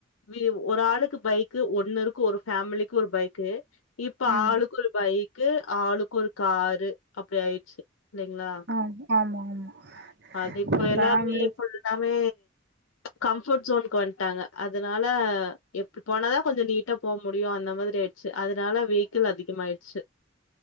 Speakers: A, on the left (about 75°); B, on the right (about 50°).
A: வி ஒரு ஆளுக்கு பைக் க்கு ஒண்ணு இருக்கு ஒரு ஃபேமிலிக்கு ஒரு பைக்கு இப்ப
B: ஆமா
A: ஆளுக்கு ஒரு பைக் க்கு ஆளுக்கு ஒரு காரு அப்டி ஆயிடுச்சு இல்லைங்களா
B: ஆ ஆமா ஆமா
A: அது இப்ப
B: ஒரு
A: எல்லாமே
B: ஃபேமிலி
A: இப்ப எல்லாமே கம்ஃபுட் சோனுக்கு வந்துட்டாங்க அதனால எப்டி போனாதா கொஞ்சம் நீட்டா போக முடியும் அந்த மாதிரி ஆயிடுச்சு அதனால வேக்கீல் அதிகமாயிடுச்சு